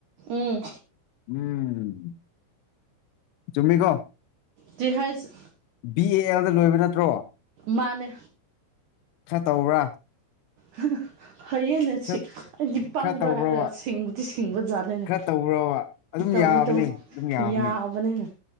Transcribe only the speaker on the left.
ꯎꯝ ꯆꯨꯝꯃꯤ ꯀꯣ꯫
ꯕꯤ ꯑꯦ ꯑꯦꯜꯗ ꯂꯣꯏꯕ ꯅꯠꯇ꯭ꯔꯣ꯫
ꯈꯔ ꯇꯧꯕ꯭ꯔꯥ꯫
ꯈꯔ
ꯈꯔ ꯇꯧꯕ꯭ꯔꯕ
ꯈꯔ ꯇꯧꯕ꯭ꯔꯕ ꯑꯗꯨꯝ
ꯌꯥꯕꯅꯤ
ꯑꯗꯨꯝ ꯌꯥꯕꯅꯤ